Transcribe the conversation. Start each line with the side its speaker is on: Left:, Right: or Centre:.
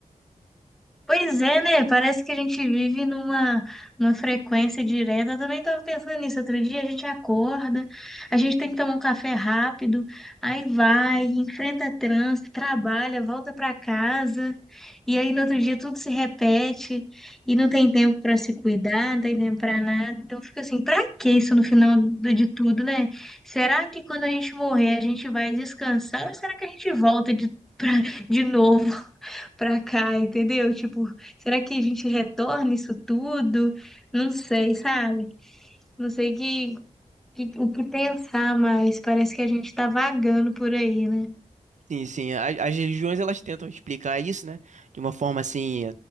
Centre: Pois é, né? Parece que a gente vive numa, numa frequência direta. Eu também estava pensando nisso. Outro dia a gente acorda, a gente tem que tomar um café rápido, aí vai, enfrenta trânsito, trabalha, volta para casa, e aí no outro dia tudo se repete, e não tem tempo para se cuidar, não tem tempo para nada. Então fica assim, para que isso no final do- de tudo, né? Será que quando a gente morrer a gente vai descansar ou será que a gente volta de, <laughs> pra, de novo? pra cá, entendeu? Tipo, será que a gente retorna isso tudo? Não sei, sabe? Não sei que, que- o que pensar mais. Parece que a gente tá vagando por aí, né?
Right: Sim, sim. A- As religiões elas tentam explicar isso, né? De uma forma assim,